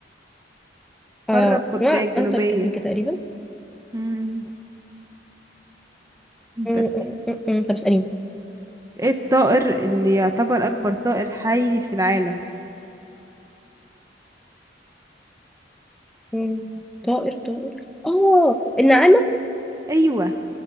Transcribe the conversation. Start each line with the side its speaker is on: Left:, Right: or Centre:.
Centre: اه
Right: قارة القطبية
Centre: اسمها
Right: الجنوبية
Centre: انتاركتيكا تقريبا
Right: مم. انتاركتيكا
Centre: م- م- م- م. طب اسأليني
Right: ايه الطائر اللي يعتبر أكبر طائر حي في العالم
Centre: م- طائر طائر اه النعامة
Right: أيوة